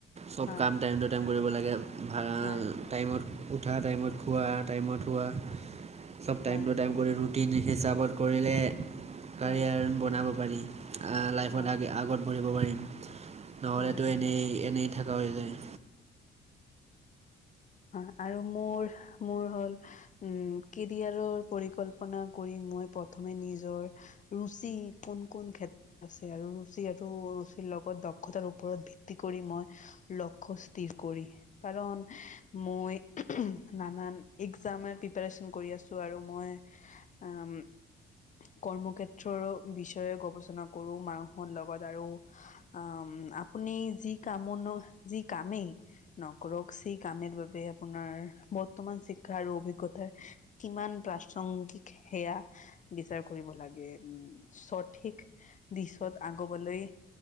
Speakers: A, on the right (about 35°); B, on the left (about 40°).
A: চ'ব
B: হয়
A: কাম টাইম টু টাইম কৰিব লাগে। ভাড়া,
B: হয়
A: টাইমত উঠা, টাইমত খোৱা, টাইমত শুৱা। চ'ব টাইম
B: হয়
A: টু
B: হয়
A: টাইম কৰি ৰুটিন হিচাপত কৰিলে কাৰিয়াৰ
B: হয়
A: বনাব পাৰি। আ, লাইফত
B: হয়
A: আগে আগত বহিব পাৰিম, নহ'লেতো
B: হয় হয়
A: এনেই এনেই থকা হৈ যায়।
B: আহ, আৰু মোৰ মোৰ হ'ল উম, কেৰিয়াৰৰ পৰিকল্পনা কৰি মই প্ৰথমে নিজৰ ৰুচি কোন কোন ক্ষেত আছে আৰু ৰুচি আৰু ৰুচিৰ লগত দক্ষতাৰ ওপৰত ভিত্তি কৰি মই লক্ষ্য স্থিৰ কৰি, কাৰণ মই নানান এক্সামৰ প্ৰেপাৰেশ্যন কৰি আছোঁ আৰু মই আম কৰ্মক্ষেত্ৰৰো বিষয়ে গৱেষণা কৰো মানুহৰ লগত আৰু আম, আপুনি যি কামনো যি কামেই নকৰক সেই কামে বাবে আপোনাৰ বৰ্তমান শিক্ষা আৰু অভিজ্ঞতাৰ কিমান প্ৰাসংগিক সেয়া বিচাৰ কৰিব লাগে। উম, সঠিক দিশত আগুৱাবলৈ